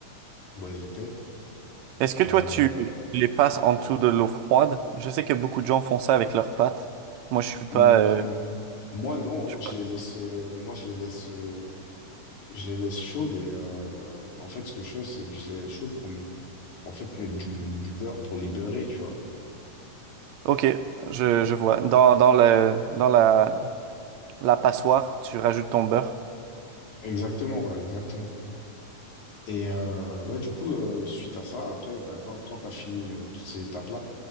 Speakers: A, on the left; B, on the right.
A: où elles étaient.
B: Est-ce que toi
A: Euh,
B: tu les passes en dessous de l'eau froide? Je sais que beaucoup de gens font ça avec leurs pâtes. Moi, je suis pas.
A: hmm,
B: euh,
A: moi, non,
B: je suis
A: hein, je
B: pas-
A: les laisse, euh, moi, je les laisse, euh, je les laisse chaudes et euh, en fait, ce que je fais, c'est que je les laisse chaudes pour m- en fait mettre du, du beurre pour les beurrer, tu vois.
B: Ok, je, je vois. Dans, dans le, dans la, la passoire, tu rajoutes ton beurre.
A: Exactement, ouais, exactement. Et euh, ouais, du coup, euh, suite à ça, après, bah, quand, quand tu as fini euh, toutes ces étapes-là,